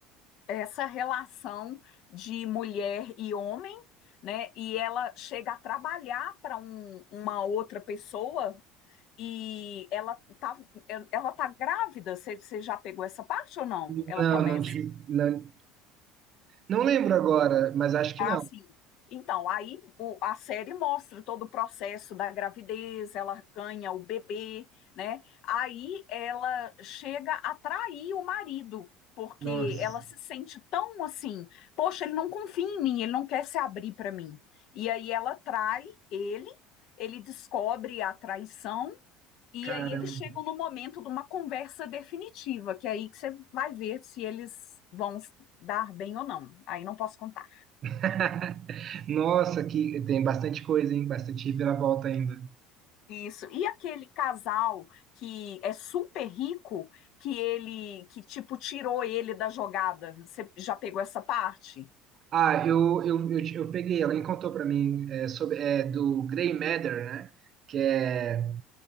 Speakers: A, on the left; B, on the right.
A: essa relação de mulher e homem, né? E ela chega a trabalhar para um- uma outra pessoa, e ela tá, ela tá grávida. Você, você já pegou essa parte ou não?
B: Não,
A: Ela começa
B: não tinha. Não, não lembro agora, mas acho que
A: assim.
B: não.
A: Então, aí o- a série mostra todo o processo da gravidez, ela ganha o bebê, né? Aí ela chega a trair o marido, porque
B: Nossa,
A: ela se sente tão assim, poxa, ele não confia em mim, ele não quer se abrir para mim. E aí ela trai ele, ele descobre a traição E
B: caramba.
A: aí eles chegam no momento de uma conversa definitiva, que é aí que você vai ver se eles vão dar bem ou não. Aí não posso contar.
B: <laughs> Nossa, que tem bastante coisa, hein? Bastante reviravolta ainda.
A: Isso. E aquele casal que é super rico, que ele, que tipo tirou ele da jogada. Você já pegou essa parte?
B: Ah, eu, eu, eu, eu peguei, alguém contou pra mim é, sobre é, do Grey Matter, né? Que é